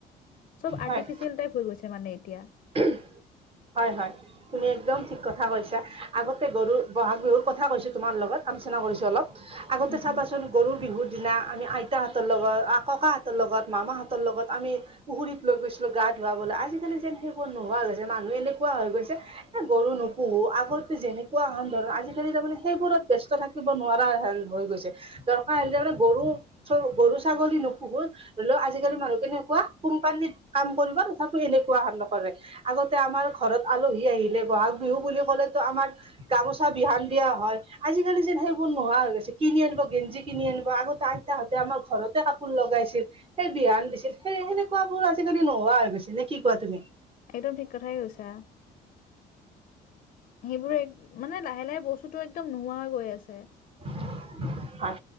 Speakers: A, on the left; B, on the right.
A: চব আৰ্টিফিচিয়েল
B: হয়
A: টাইপ হৈ গৈছে মানে এতিয়া
B: <unintelligible> হয় হয় তুমি একদম ঠিক কথা কৈছা আগতে গৰু বহাগ বিহুৰ কথা কৈছো তোমাৰ লগত আলোচনা কৰিছোঁ অলপ আগতে
A: উম,
B: চাবাচোন
A: উম।
B: গৰু বিহুৰ দিনা আমি আইতাহঁতৰ লগত, ককাহঁতৰ লগত, মামাহঁতৰ লগত আমি পুখুৰীত লৈ গৈছিলো গা ধুৱাব আজিকালি যেন সেইবোৰ নোহোৱা হৈ গৈছে। মানুহ এনেকুৱা হৈ গৈছে, এ গৰু নোপোহো আগতে যেনেকুৱা হন ধৰ আজিকালি তাৰমানে সেইবোৰত ব্যস্ত থাকিব নোৱাৰা হ হৈ গৈছে, দৰকাৰ হানে গৰু- গৰু, ছাগলী নোপোহো ধৰি ল আজিকালি মানুহ কেনেকুৱা, কোম্পানীত কাম কৰিব তথাপিও এনেকুৱা নকৰে। আগতে আমাৰ ঘৰত আলহী আহিলে বহাগ বিহু বুলি ক'লেতো আমাৰ গামোচা বিহান দিয়া হয়। আজিকালি যেন সেইবোৰ নোহোৱা হৈ গৈছে কিনি আনিব গেঞ্জি কিনি আনিব আগতে আইতাহতে আমাৰ ঘৰতে কাপোৰ ল, লগাইছিল সেই বিহান দিছিল সেই সেনেকুৱা বোৰ আজিকালি নোহোৱা হৈ গৈছে নে কি কোৱা তুমি?
A: একদম ঠিক কথাই কৈছা সেইবোৰ এক মানে লাহে লাহে বস্তুটো একদম নোহোৱা গৈ আছে
B: <unintelligible> হয়